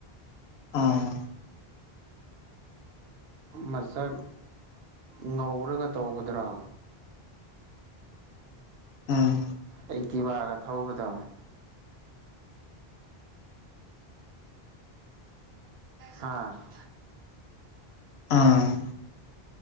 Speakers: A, on the left; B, on the right.
A: ꯑꯝ
B: ꯃꯁꯛ ꯉꯧꯔꯒ ꯇꯧꯕꯗꯨꯔꯣ
A: ꯎꯝ
B: ꯑꯩꯛꯇꯤꯕꯥꯒ ꯊꯧꯕꯗꯣ ꯍꯥꯥ
A: ꯑꯝ